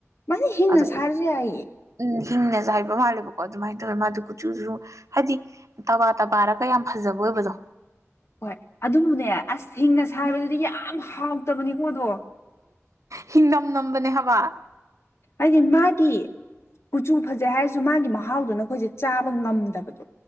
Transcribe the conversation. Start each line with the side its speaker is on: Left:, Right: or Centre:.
Left: ꯃꯗꯤ ꯍꯤꯡꯅ
Right: ꯑꯗꯨ
Left: ꯁꯥꯏꯔꯖꯨ ꯌꯥꯏꯌꯦ
Right: ꯎꯝ ꯍꯤꯡꯅ ꯆꯥꯏꯕ ꯃꯥꯜꯂꯦꯕꯀꯣ ꯑꯗꯨꯃꯥꯏꯅ ꯇꯧꯋꯦ ꯃꯥꯗꯨ ꯀꯨꯆꯨꯖꯨ ꯍꯥꯏꯗꯤ ꯇꯕꯥ ꯇꯕꯥꯔꯒ ꯌꯥꯝ ꯐꯖꯩ <unintelligible> ꯑꯣꯏꯕꯗꯣ
Left: ꯍꯣꯏ ꯑꯗꯨꯕꯨꯅꯦ ꯑꯁ ꯍꯤꯡꯅ ꯁꯥꯥꯏꯕꯗꯨꯗꯤ
Right: ꯎꯝ
Left: ꯌꯥꯝ ꯍꯥꯎꯇꯕꯅꯤꯀꯣꯗꯣ
Right: ꯍꯤꯡ ꯅꯝ ꯅꯝꯕꯅꯦ ꯍꯥꯕ
Left: ꯑꯗꯤ ꯃꯥꯒꯤ ꯀꯨꯆꯨ ꯐꯖꯩ ꯍꯥꯏꯔꯁꯨ ꯃꯥꯒꯤ ꯃꯍꯥꯎꯗꯨꯅꯈꯣꯏꯁꯦ ꯆꯥꯕ ꯉꯝꯗꯕꯗꯣ